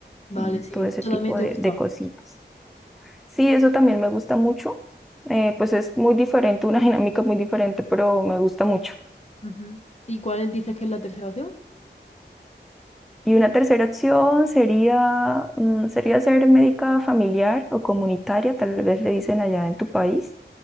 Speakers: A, on the left; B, in the centre.
A: vale,
B: mm,
A: sí,
B: todo ese
A: eso
B: tipo
A: también te
B: de
A: gusta.
B: de cositas. Sí, eso también me gusta mucho. Eh, pues es muy diferente, una dinámica muy diferente, pero me gusta mucho.
A: Ujú. ¿Y cuál dices que es la tercera opción?
B: Y una tercera opción sería, mm, sería ser médica familiar o comunitaria, tal vez le dicen allá en tu país,